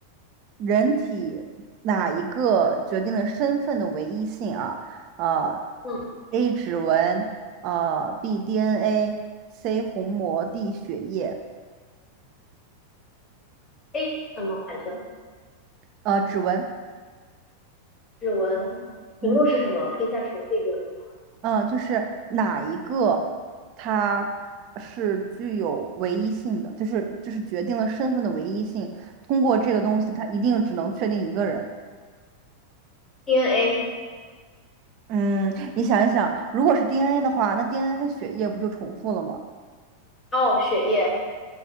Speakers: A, on the right (about 40°); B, on the left (about 20°).
A: 人体哪一个决定了身份的唯一性啊？呃
B: 嗯
A: ，A 指纹，呃，B DNA，C 虹膜，D 血液，
B: ，A 什么来着？
A: 呃，指纹。
B: 指纹，题目是什么？
A: <laughs> 嗯。
B: 可以再重复一遍吗
A: 嗯，就是哪一个它是具有唯一性的，就是就是决定了身份的唯一性。通过这个东西，它一定只能确定一个人。
B: ？DNA，
A: 嗯，你想一想，如果是 DNA 的话，那 DNA 和血液不就重复了吗？
B: 哦，血液，